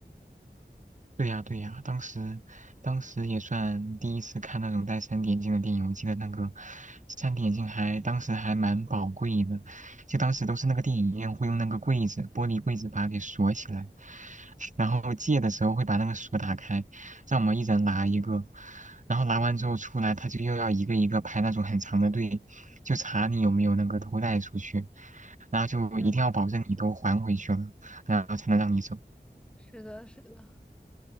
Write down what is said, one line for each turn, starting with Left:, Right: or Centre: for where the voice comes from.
Right: 对呀，对呀，当时，当时也算第一次看那种带三 d 眼镜的电影。我记得那个三 d 眼镜还当时还蛮宝贵的，就当时都是那个电影院会用那个柜子，玻璃柜子把它给锁起来，<laughs> 然后借的时候会把那个锁打开，让我们一人拿一个，然后拿完之后出来，他就又要一个一个排那种很长的队，就查你有没有那个偷带出去，然后就一定要保证你都还回去了，
Centre: 嗯，
Right: 然后才能让你走。
Centre: 是的，是的。